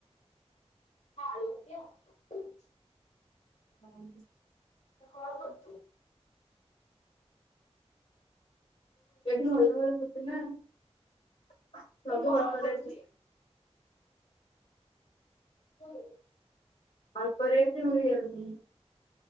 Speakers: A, on the left; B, on the left.
A: ହଁ <unintelligible>
B: ହଁ।
A: ହଁ ବଧୁ
B: ଏଠି <unintelligible>
A: କହିଲି କଣ ପଡିଛି? ହୁଁ।
B: ଅଳ୍ପରେ ମିଳି <unintelligible>